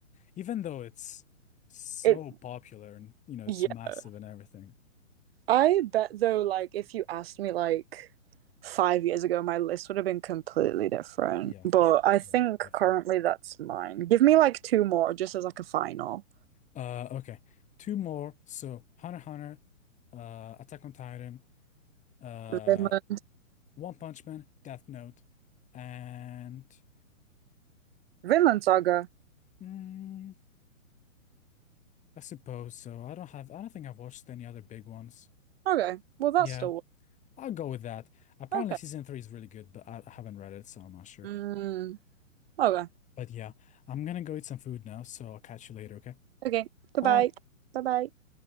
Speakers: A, on the left; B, on the right.
A: even though it's so
B: it
A: popular and you know it's
B: yeah.
A: massive and everything.
B: I bet though, like if you asked me like five years ago, my list would have been completely different.
A: Yeah.
B: But I
A: Yeah,
B: think
A: definitely.
B: currently that's mine. Give me like two more just as like a final.
A: Uh okay. Two more. So Hunter x Hunter, uh Attack on Titan, uh
B: Vinland
A: One Punch Man, Death Note, and
B: Vinland Saga.
A: Mm, I suppose so. I don't have, I don't think I've watched any other big ones.
B: Okay. Well that's
A: Yeah,
B: still
A: I'll go with that. Apparently,
B: okay.
A: season three is really good, but I I haven't read it, so I'm not sure.
B: Mm, okay.
A: But yeah, I'm gonna go eat some food now, so I'll catch you later, okay?
B: Okay. Goodbye.
A: Bye.
B: Bye bye.